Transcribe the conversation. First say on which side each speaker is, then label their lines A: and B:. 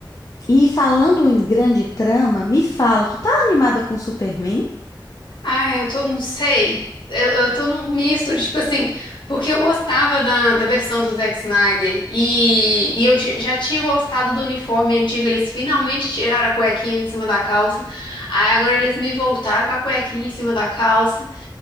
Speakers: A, on the left; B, on the left.
A: E falando em grande trama, me fala, tu tá animada com Superman?
B: Ah, eu tô, não sei. Eu, eu tô num misto, tipo assim, porque eu gostava da, da versão do Zack Snyder e, e eu ti- já tinha gostado do uniforme antigo. Eles finalmente tiraram a cuequinha de cima da calça. Aí agora eles me voltaram com a cuequinha em cima da calça.